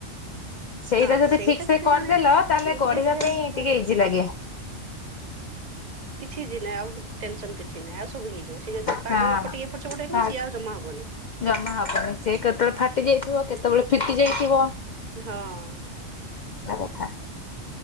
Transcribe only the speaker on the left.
ସେଇଟା
ଯଦି ଠିକ୍ ସେ
କରିଦେଲ
ତାହେଲେ ଗଢିବା
ପାଇଁ ଟିକେ ଇଜି ଲାଗେ।
ହଁ।
ଭାଗ
ଜମା ହବନି ସେ କେତେବେଳେ ଫାଟି ଯାଇଥିବ କେତେବେଳେ ଫିଟି ଯାଇଥିବ।
ହେଲା କଥା।